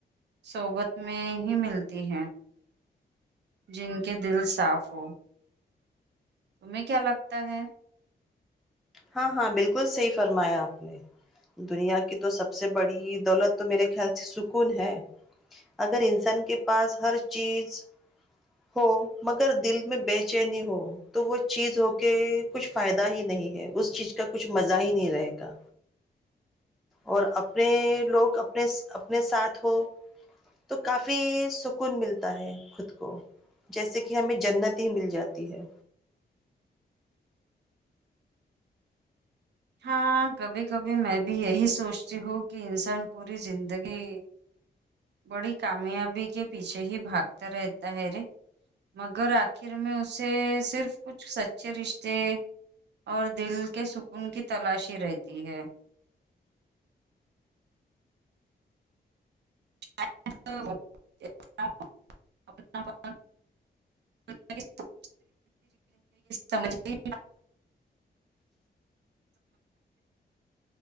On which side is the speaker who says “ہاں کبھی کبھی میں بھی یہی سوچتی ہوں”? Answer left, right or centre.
Right